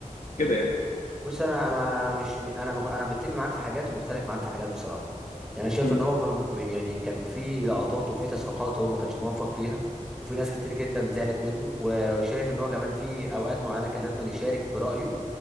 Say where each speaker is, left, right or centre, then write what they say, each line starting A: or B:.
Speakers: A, on the left; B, in the centre.
A: كده يعني
B: بص انا انا انا مش انا مغ- انا متفق معاك في حاجات ومختلف معاك في حاجات بصراحه يعني انا شايف
A: مم.
B: ان هو م... م- يعني كان في لقطات وفي تصريحات هو ما كانش موفق فيها وفي ناس كتير جدا زعلت منه وشايف ان هو كمان في اوقات معينه كان لازم يشارك برايه